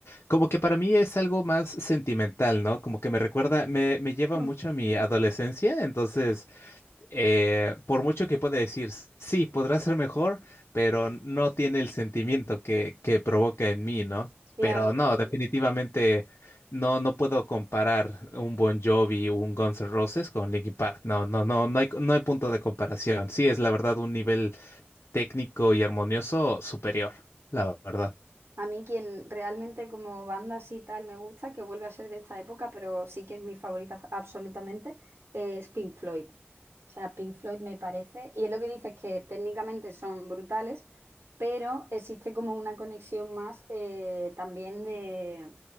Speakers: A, on the left; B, on the right.
A: Como que para mí es algo más sentimental, ¿no? Como que me recuerda, me, me lleva
B: <laughs>
A: mucho a mi adolescencia, entonces eh, por mucho que pueda decir, sí, podrá ser mejor, pero no tiene el sentimiento que, que provoca en mí, ¿no?
B: Claro,
A: Pero no,
B: porque
A: definitivamente no, no puedo comparar un Bon Jovi, un Guns N' Roses con Linkin Park. No, no, no, no hay, no hay punto de comparación. Sí, es la verdad un nivel técnico y armonioso superior, la verdad.
B: A mí quien realmente como banda así tal me gusta, que vuelve a ser de esta época, pero sí que es mi favorita fa- absolutamente, eh, es Pink Floyd. O sea, Pink Floyd me parece, y es lo que dices que técnicamente son brutales, pero existe como una conexión más eh, también de,